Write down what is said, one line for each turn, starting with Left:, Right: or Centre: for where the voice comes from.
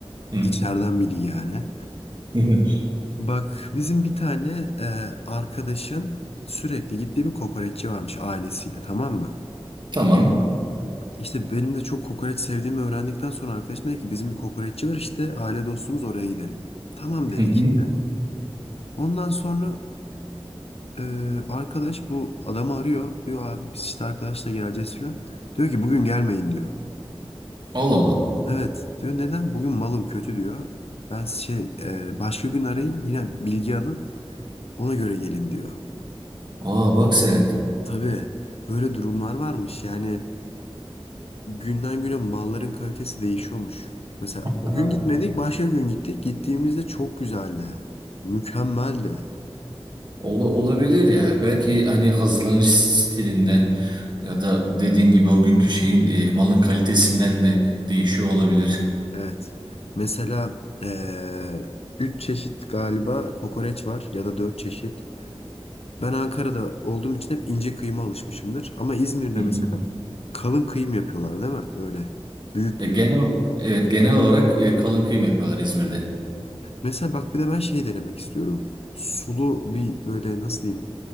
Right: Hı.
Left: İçeriden biri yani.
Right: <laughs>
Left: Bak bizim bir tane e, arkadaşın sürekli gittiği bir kokoreççi varmış ailesiyle tamam mı?
Right: Tamam.
Left: İşte benim de çok kokoreç sevdiğimi öğrendikten sonra arkadaşım dedi ki bizim bir kokoreççi var işte aile dostumuz oraya gidelim. Tamam dedik
Right: Hı hı.
Left: işte. Ondan sonra e, arkadaş bu adamı arıyor. Diyor abi biz işte arkadaşla geleceğiz falan. Diyor ki bugün gelmeyin diyor.
Right: Allah Allah.
Left: Evet diyor neden? Bugün malım kötü diyor. Ben şey e, başka gün arayın yine bilgi alın ona göre gelin diyor.
Right: Aa bak sen.
Left: Tabii böyle durumlar varmış. Yani günden güne malların kalitesi değişiyormuş. Mesela
Right: Ha.
Left: o gün gitmedik, başka gün gittik. Gittiğimizde çok güzeldi. Mükemmeldi.
Right: Ola- olabilir yani. Belki hani hazırlanış stilinden ya da dediğin gibi o günkü şeyin e, malın kalitesinden de değişiyor olabilir.
Left: Evet. Mesela eee üç çeşit galiba kokoreç var ya da dört çeşit. Ben Ankara'da olduğum için hep ince kıyma alışmışımdır. Ama İzmir'de
Right: Hı hı.
Left: mesela kalın kıyım yapıyorlar değil mi? Böyle büyük
Right: Ya
Left: büyük.
Right: genel evet genel olarak e, kalın kıyım yapıyorlar İzmir'de.
Left: Mesela bak bir de ben şey denemek istiyorum. Sulu bir böyle nasıl diyeyim?